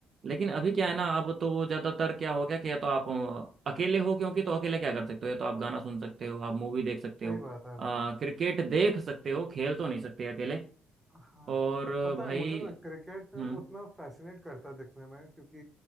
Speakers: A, on the right; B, in the centre.
A: लेकिन अभी क्या है ना अब तो वो ज्यादातर क्या हो गया कि या तो आप अ, अकेले हो क्योंकि तो अकेले क्या कर सकते हो या तो आप गाना सुन सकते हो आप मूवी देख सकते
B: सही
A: हो
B: बात है
A: अ,
B: भाई
A: क्रिकेट देख सकते हो खेल तो नहीं सकते अकेले
B: हाँ
A: और
B: पता
A: भाई
B: है मुझे ना क्रिकेट उतना
A: हम्म
B: फैसिनेट करता है दिखने में क्योंकि